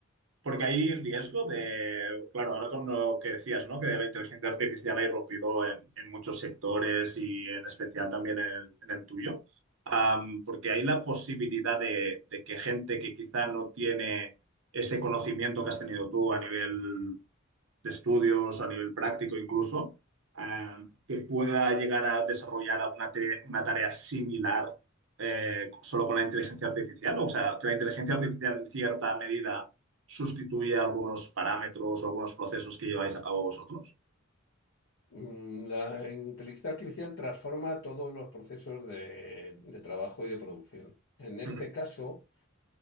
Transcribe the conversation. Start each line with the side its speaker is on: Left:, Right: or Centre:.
Right: Porque hay riesgo de, claro, ahora con lo que decías, ¿no? Que la inteligencia artificial ha irrumpido en, en muchos sectores y en especial también en el, en el tuyo, Am, porque hay la posibilidad de, de que gente que quizá no tiene ese conocimiento que has tenido tú a nivel de estudios, a nivel práctico incluso, eh, que pueda llegar a desarrollar alguna te- una tarea similar eh, solo con la inteligencia artificial? O sea, que la inteligencia artificial en cierta medida sustituye algunos parámetros o algunos procesos que lleváis a cabo vosotros.
Left: Mm, La inteligencia artificial transforma todos los procesos de, de trabajo y de producción. En este
Right: Ujú.
Left: caso,